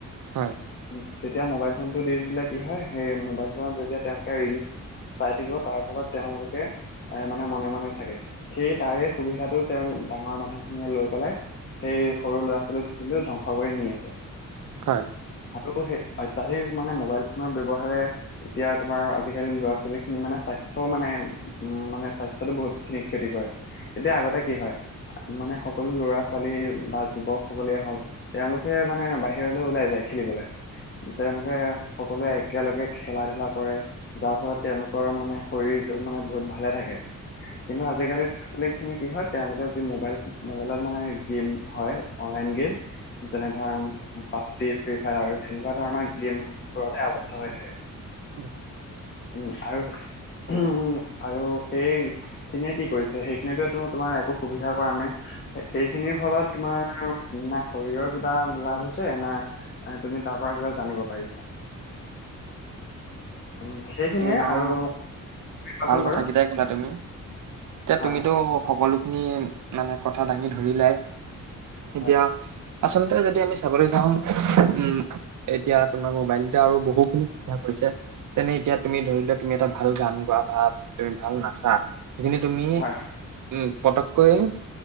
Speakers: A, on the right; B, on the left.
A: হয়
B: উম, তেতিয়া মোবাইল ফোনটো দি দিলে কি হয়, সেই মোবাইল ফোনত যেতিয়া তেওঁলোকে ৰিলচ চাই থাকিব তাৰ ফলত তেওঁলোকে এ মানে মনে মনে থাকে সেই তাৰে সুবিধাটো তেওঁ ডাঙৰ মানুহখিনিয়ে লৈ পেলাই সেই সৰু ল'ৰা ছোৱালীক কিন্তু ধ্বংস কৰি নি আছে
A: হয়
B: আৰু সেই অত্যাধিক মানে মোবাইল ফোনৰ ব্যৱহাৰে, এতিয়া তোমাৰ আজিকালি ল'ৰা- ছোৱালী খিনি মানে স্বা স্বাস্থ্য মানে উম মানে স্বাস্থ্যতো বহুত খিনি ক্ষতি কৰে তেতিয়া আগতে কি হয় মানে সকলো ল'ৰা-ছোৱালী বা যুৱক সকলে হওক তেওঁলোকে মানে বাহিৰলৈ ওলাই যায় খেলিবলে, তেওঁলোকে- সকলোৱে একেলগে খেলা-ধূলা কৰে, যাৰ ফলত তেওঁলোকৰ মানে শৰীৰটো মানে বহুত ভালে থাকে। কিন্তু আজিকালি ল'ৰা-ছোৱালী সেইখিনি কি হয়, তেওঁলোকে যি মোবাইল মোবাইলত মানে গেম হয়, অনলাইন গেম। যেনে ধৰ- পি ফ্ৰী-ফায়াৰ তেনেকুৱা ধৰণৰ গেম বোৰতে আৱদ্ধ হৈ থাকে।
A: হয়
B: উম, আৰু উম আৰু সেইখিনিয়ে কি কৰিছে, সেইখিনিয়েটো তোমাৰ একো সুবিধা কৰা নাই। সেইখিনিৰ ফলত তোমাৰ বা শৰীৰৰ কিবা লাভ হৈছে চ এনে, তুমি তাৰ পৰা কিবা জানিব পাৰিছা। উম, সেইখিনিয়ে
A: তুমি বাৰু
B: আৰু কোৱাচোন
A: ভাল
B: বাৰু
A: কথা কেইটাই ক'লা তুমি, এতিয়া
B: হয়
A: তুমিতো
B: হয়
A: সকলো খিনি মানে কথা দাঙি ধৰিলাই এতিয়া
B: হয়
A: আচলতে যদি আমি চাবলে যাওঁ, উম, এতিয়া তোমাৰ মোবাইলতে আৰু বহুখিনি সুবিধা কৰিছে। তেনে এতিয়া তুমি ধৰি লোৱা, তুমি এটা ভাল গান গোৱা। বা তুমি ভাল নাচা, সেইখিনি তুমি,
B: হয় হয়
A: উম, পতককৈ